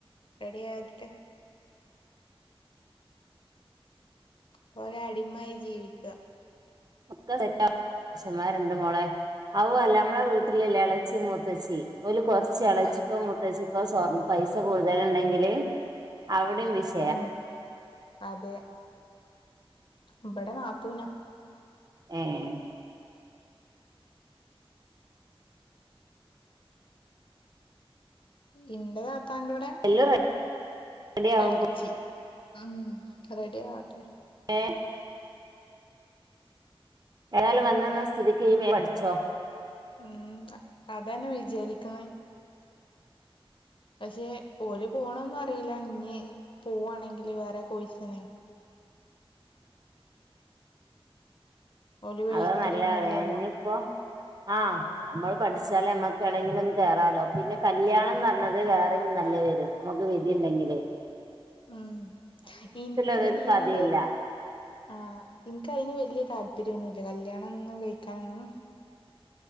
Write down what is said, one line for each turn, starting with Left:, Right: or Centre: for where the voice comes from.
Left: രറെഡായട്ടെ ഇപ്പൊ ഓലെ അടിമായി ജീവിക്ക
Right: ഒക്ക <unintelligible> മശന്മാരുണ്ട് മോളെ അവു അല്ല അമ്മളെ വീട്ടിലല്ല എളച്ചി മൂത്തച്ചി ഓല് കൊർച്ച് ഇളച്ചിക്കോ
Left: ആ
Right: മുത്തച്ചിക്കോ സ്വർ പൈസ കൂടുതല് ഇണ്ടെങ്കിൽ അവ്ടിം വിശ്
Left: ഉം അതെ ഇബടെ നാത്തുനാ
Right: ഏഹ്
Left: ഇന്റെ താത്താന്റോടെ
Right: എല്ലാം റെഡിയാവും
Left: ഇളച്ചി ഉം റെഡി ആവട്ടെ
Right: ഏഹ് ഏതായാലും വന്നന്ന സ്ഥിതിക്ക് പഠിച്ചോ
Left: ഉം അതന്നെ വിചാരിക്കുന്നത് പക്ഷെ ഓര് പോണന്നും അറില്ല ഇഞ്ഞ് പൂവാണെങ്കില് വേറെ കോയ്സിനെ ഓല് വിളിക്കലൊന്നുല്ലല്ലോ
Right: അതോ നല്ല അറിയ ഇനിയിപ്പോ ആഹ് നമ്മൾ പഠിച്ചാലേ നമ്മക്ക് എണെങ്കിലൊന്ന് ക കേറാലോ പിന്നെ കല്യാണന്നറഞ്ഞത് വേറെയും നല്ല വരും നമുക്ക് വധി ഉണ്ടെങ്കില്
Left: ഉം ഇൻ ക്ക്
Right: അതൊരു
Left: വല്യത്
Right: കഥയില്ല
Left: ആഹ് ഇൻക്ക് അതിന് വല്യ താല്പര്യൊന്നുല്ല കല്യാണം ഒന്ന് കഴിക്കാനൊന്നും